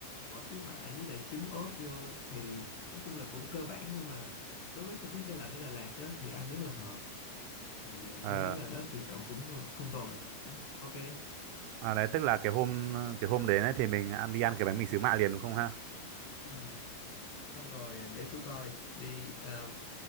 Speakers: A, on the left (about 55°); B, on the right (about 85°).
A: bỏ xíu mại với lại trứng ốp vô thì nói chung là cũng cơ bản nhưng mà đối với không khí xe lạnh ở Đà Lạt á thì ăn rất là hợp thì ờ,
B: ờ
A: tôi thấy là đó sự chọn cũng ờ, không tồi cũng ok
B: à, đấy tức là cái hôm cái hôm đến ấy thì mình ăn đi ăn cái bánh mì xíu mại liền đúng không ha
A: ừ xong rồi ờ, để tôi coi đi Ờ,